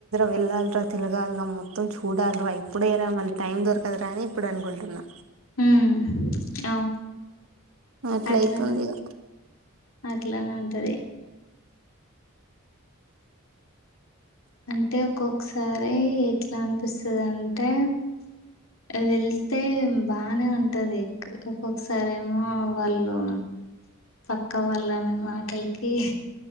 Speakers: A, on the right; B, on the left.
A: వెళ్ళాలిరా తిలగాలరా మొత్తం చూడాలర ఇప్పుడే రా మళ్ళీ టైం దొరకదరా అని ఇప్పుడు అనుకుంటున్నా
B: ఉ
A: అట్లయితుంది
B: అట్లనె
A: ఇగ
B: అట్లనె తది అంటె ఒక్కొక్కసారి ఎట్ల అనిపిస్తదంటె వెళ్తే బానె ఉంటది ఒక్కొక్కసారేమో వాళ్ళు పక్క వాళ్ళు అనే మాటలకి